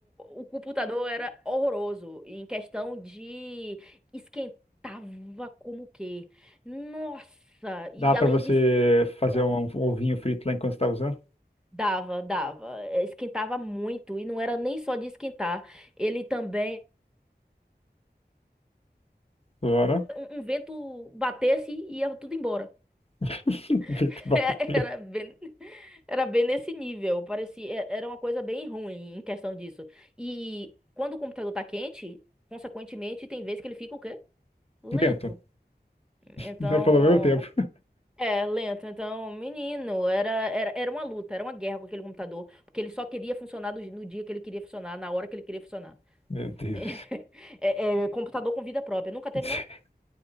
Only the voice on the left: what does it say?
Dá pra
você
fazer
um,
um ovinho frito lá enquanto você tá usando?
Claro.
<laughs> Frito
bateu.
Lento.
Não é pelo mesmo tempo.
Meu Deus.
<laughs>